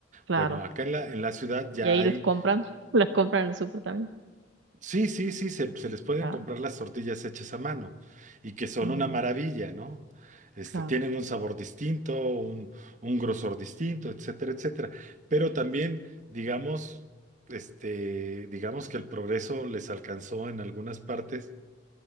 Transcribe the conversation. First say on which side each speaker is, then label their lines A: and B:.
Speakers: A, on the right (about 75°); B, on the right (about 40°).
A: claro.
B: Bueno, acá en la, en la ciudad
A: Y
B: ya
A: ahí
B: hay
A: los compran, <laughs> las compran en el súper también.
B: Sí, sí, sí, se, se les pueden
A: Ah,
B: comprar las tortillas hechas a mano y que son
A: mm,
B: una maravilla, ¿no? Este,
A: claro.
B: tienen un sabor distinto, un, un grosor distinto, etcétera, etcétera. Pero también, digamos, este, digamos que el progreso les alcanzó en algunas partes